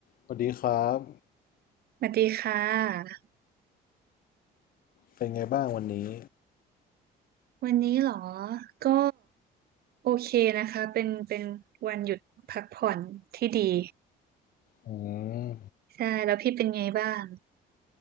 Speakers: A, on the left (about 60°); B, on the right (about 65°).
A: สวัสดีครับ
B: สวัสดีค่ะ
A: เป็นไงบ้างวันนี้
B: วันนี้เหรอก็โอเคนะคะเป็นเป็นวันหยุดพักผ่อนที่ดี
A: อืม
B: ใช่แล้วพี่เป็นไงบ้าง